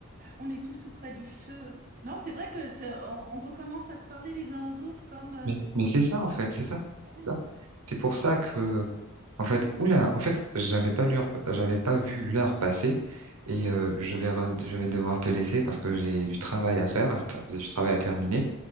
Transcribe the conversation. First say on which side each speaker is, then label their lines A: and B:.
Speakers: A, on the right; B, on the right.
A: on est tous auprès du feu. Non, c'est vrai que ça- on, on recommence à se parler les uns aux autres comme... euh,
B: Mais, c- mais c'est ça, en fait, c'est ça.
A: Ah,
B: C'est ça. C'est pour ça que, en fait, oula, en fait, j'avais pas l'heure, j'avais pas vu l'heure passer et euh,
A: oh,
B: je vais, re- je vais devoir te laisser parce que j'ai du travail
A: Ok,
B: à faire, j'ai du travail à terminer.